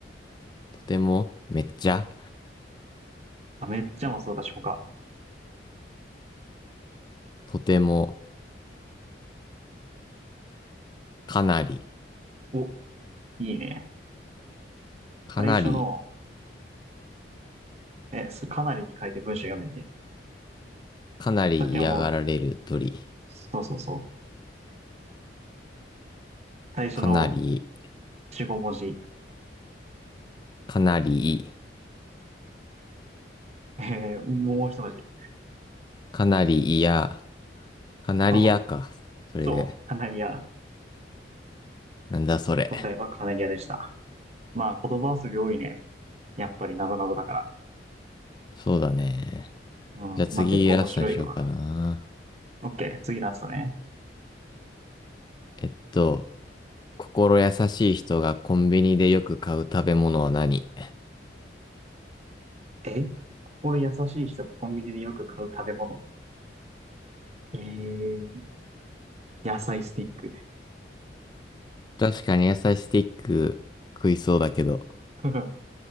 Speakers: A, on the left; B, on the right.
A: とても、めっちゃ、
B: あめっちゃもそうだし、他。
A: とても、かなり、
B: お、いいね。
A: かなり、
B: 最初の、え、すかなりに書いて文章読んでみて。
A: かなり嫌がられる鳥。
B: さっきはもう、そうそうそう。最初の
A: かなり、
B: 4、5文字。
A: かなり、
B: えーもう一文字。
A: かなり嫌、かなり嫌か。
B: うん。
A: それで、
B: そう。カナリア。
A: なんだそれ。
B: 答えはカナリアでした。まあ、言葉遊び多いね。やっぱりなぞなぞだから。
A: そうだね。
B: うん。
A: じゃあ次、
B: まあ、結構面白いわ。
A: ラストにしようかな。
B: オッケー、次ラストね。
A: えっと、心優しい人がコンビニでよく買う食べ物は何
B: え心優しい人がコンビニでよく買う食べ物。えー、野菜スティック。
A: 確かに野菜スティック食いそうだけど。
B: <laughs>